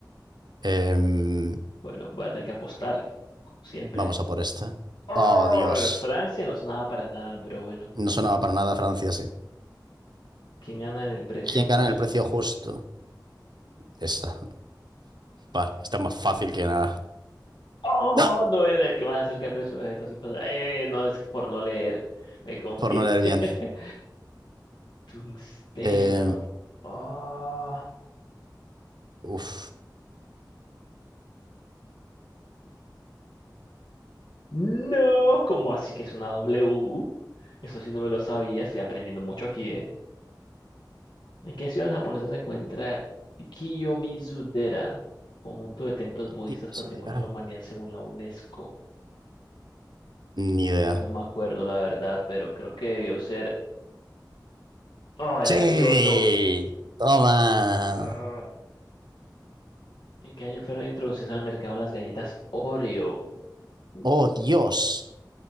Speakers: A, on the right; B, on the left.
A: Em,
B: Bueno, voy a tener que apostar, como siempre.
A: vamos a por esta.
B: Oh,
A: Oh, Dios.
B: Francia no sonaba para nada, pero bueno.
A: No sonaba para nada Francia, sí.
B: ¿Quién gana en el precio
A: ¿Quién
B: justo?
A: gana en el precio justo? Esta. Pa, está más fácil que nada.
B: Oh,
A: ¡Ah!
B: no era el que más acerca al precio de objetos sin pasar. Eh, no, es que por no leer. Me confié.
A: Por no leer bien.
B: <laughs> Tungsteno.
A: Em,
B: Oh,
A: uf.
B: no. ¿Cómo así que es una W? Eso sí no me lo sabía. Estoy aprendiendo mucho aquí, ¿eh? ¿En qué ciudad japonesa se encuentra Kiyomizu-dera? Conjunto de templos budistas
A: ¿Quién será?
B: patrimonio de la humanidad según la UNESCO.
A: Ni idea.
B: No me acuerdo la verdad, pero creo que debió ser. Oh, era
A: Sí,
B: Kioto.
A: toma.
B: Ah, ¿en qué año fueron introducidas al mercado las galletas Oreo? Uy.
A: Oh, Dios.